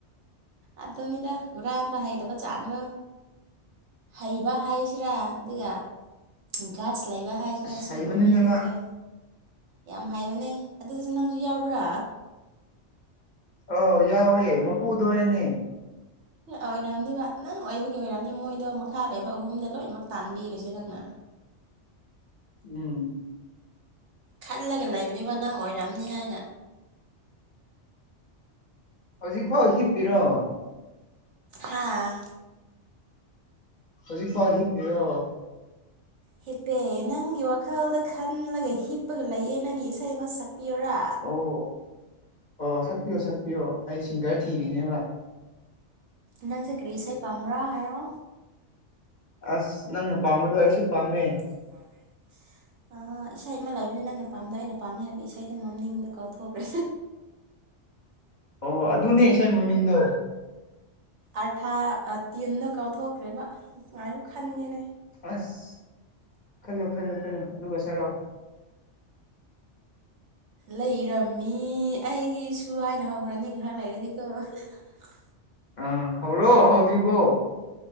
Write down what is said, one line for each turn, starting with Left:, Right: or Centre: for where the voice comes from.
Right: ꯑꯗꯨꯅꯤꯗ ꯍꯨꯔꯥꯟꯕ ꯍꯩꯇꯕ ꯆꯥꯛꯔꯣ ꯍꯩꯕ ꯍꯩꯁꯤꯔꯥ ꯑꯗꯨꯒ ꯒꯠꯁ ꯂꯥꯏꯕ ꯍꯥꯏꯁꯤꯔꯥ
Left: ꯑꯁ
Right: ꯁꯤꯒꯨꯝꯕ
Left: ꯍꯩꯕꯅꯤꯅꯦ
Right: ꯃꯤꯖꯤꯡꯖꯦ
Left: ꯃꯥ
Right: ꯌꯥꯝ ꯍꯥꯏꯕꯅꯦ ꯑꯗꯨꯗꯁꯨ ꯅꯪꯁꯨ ꯌꯥꯎꯕ꯭ꯔꯥ
Left: ꯑꯧ ꯌꯥꯎꯋꯦ ꯃꯄꯨꯗꯣ ꯑꯩꯅꯦ
Right: ꯑꯣꯏꯔꯝꯅꯤꯕ ꯅꯪ ꯑꯣꯏꯕꯒꯤ ꯑꯣꯏꯔꯝꯅꯤ ꯃꯣꯏꯗꯣ ꯃꯈꯥ ꯂꯩꯕ ꯑꯍꯨꯝꯗ ꯂꯣꯏꯅꯃꯛ ꯇꯥꯟꯕꯤꯔꯦꯁꯦ ꯅꯪꯅ
Left: ꯎꯝ
Right: ꯈꯜꯂꯒ ꯂꯩꯕꯅꯤꯕ ꯅꯪ ꯑꯣꯏꯔꯝꯅꯤ ꯍꯥꯏꯅ
Left: ꯍꯧꯖꯤꯛꯐꯥꯎ ꯍꯤꯞꯄꯤꯔꯣ
Right: ꯍꯥꯥ
Left: ꯍꯧꯖꯤꯛ ꯐꯥꯎ ꯍꯤꯞꯄꯤꯔꯣ
Right: ꯍꯤꯞꯄꯦ ꯅꯪꯒꯤ ꯋꯥꯈꯜꯗ ꯈꯜꯂꯒ ꯍꯤꯞꯄꯒ ꯂꯩꯌꯦ ꯅꯪꯒꯤ ꯏꯁꯩ ꯑꯃ ꯁꯛꯄꯤꯌꯨꯔꯥ
Left: ꯑꯣ ꯑꯣ ꯁꯛꯄꯤꯌꯣ ꯁꯛꯄꯤꯌꯣ ꯑꯩ ꯁꯤꯡꯒꯔ ꯊꯤꯔꯤꯅꯦꯕ ꯑꯣ
Right: ꯅꯪꯁꯦ ꯀꯔꯤ ꯏꯁꯩ ꯄꯥꯝꯕ꯭ꯔꯥ ꯍꯥꯏꯔꯣ
Left: ꯑꯁ ꯅꯪꯅ ꯄꯥꯝꯕꯗꯣ ꯑꯩꯁꯨ ꯄꯥꯝꯃꯦ
Right: ꯑꯩꯁꯨ ꯄꯥꯥꯝꯃꯦ ꯑ ꯏꯁꯩ ꯑꯃ ꯂꯩꯕꯅꯦ ꯅꯪꯅ ꯄꯥꯝꯗꯣ ꯑꯩꯅ ꯄꯥꯝꯃꯦ ꯍꯥꯏꯕ ꯏꯁꯩꯗꯣ ꯃꯅꯤꯡꯗꯣ ꯀꯥꯎꯊꯣꯛꯈ꯭ꯔꯦ
Left: ꯑꯣ ꯑꯗꯨꯅꯦ ꯏꯁꯩ ꯃꯥꯃꯤꯡꯗꯣ
Right: ꯑꯥꯔꯊꯥ ꯇꯤꯟꯗ ꯀꯥꯎꯊꯣꯛꯈ꯭ꯔꯦꯕ ꯉꯥꯛ ꯈꯟꯒꯦꯅꯦ
Left: ꯑꯁ ꯈꯜꯂꯨ ꯈꯜꯂꯨ ꯈꯜꯂꯨ ꯑꯗꯨꯒ ꯁꯥꯔꯛꯑꯣ
Right: ꯂꯩꯔꯝꯃꯤ ꯑꯩꯒꯤꯁꯨ ꯍꯥꯏꯅ ꯍꯧꯈ꯭ꯔꯅꯤ ꯉꯥꯏꯍꯥꯛ ꯂꯩꯔꯗꯤꯀꯣ <unintelligible>
Left: ꯑ ꯍꯧꯔꯣ ꯍꯧꯗ꯭ꯔꯤꯕꯣ